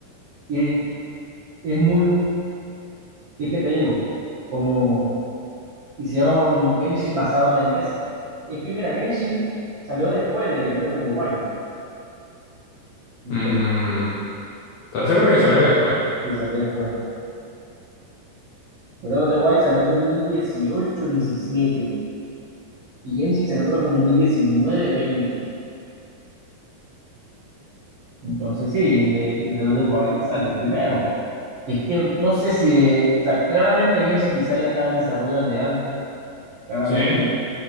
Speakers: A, on the right (about 55°); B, on the left (about 85°).
A: Y es, es muy, y es que te digo, como hicieron Genshin basado en eso. Y es que mira, Genshin salió después de Breath of the Wild. Entonces,
B: Mm, ¿estás seguro que sale después?
A: sí, salió después. Breath of the Wild salió en dos mil dieciocho diecisiete y Genshin salió creo que en dos mil diecinueve veinte Entonces sí, de Breath of the Wild salió primero. Y es que no sé si, o sea, claramente Genshin quizá ya estaba en desarrollo desde antes, claramente.
B: Sí,